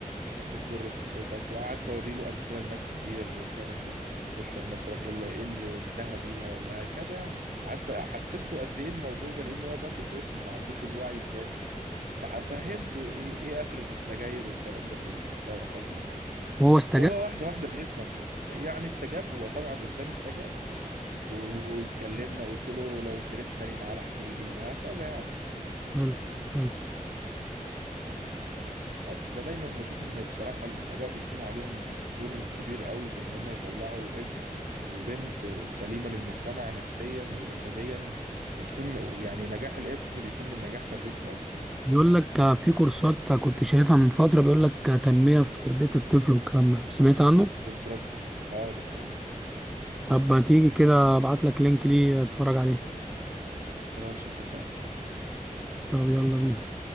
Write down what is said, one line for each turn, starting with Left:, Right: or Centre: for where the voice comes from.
Right: بتضر صحتك وقعدت اوري له امثله لناس كتير كانت بتشرب مثلا ايه اللي ايه اللي انتهى بيها وهكذا يعني قعدت حسسته قد ايه الموضوع ده لان هو برضه طفل ما عندوش الوعي الكافي ففهمته ايه ايه اخرة السجاير والكلام ده كله فاهم قصدي؟
Centre: هو استجاب
Right: وهو واحدة واحدة بيفهم يعني استجاب هو طبعا قدامي استجاب و- واتكلمنا قلت له لو شربت تاني تعالى احكي لي وهكذا يعني
Centre: حلو حلو
Right: بس فدايما بشوف ان بصراحة الآباء بيكون عليهم دور كبير قوي في ان هم يطلعوا ابن وبنت سليمة للمجتمع نفسيا وجسديا وتكون يعني نجاح الابن بيكون من نجاح تربية الأب ليه
Centre: بيقول لك آه، في كورسات كنت شايفها من فترة بيقول لك آه، تنمية في تربية الطفل والكلام ده سمعت عنه
Right: بالظبط اه دي حقيقة
Centre: طب ما تيجي كده ابعت لك لينك ليه اتفرج عليه
Right: خلاص اتفقنا
Centre: طب يلا بينا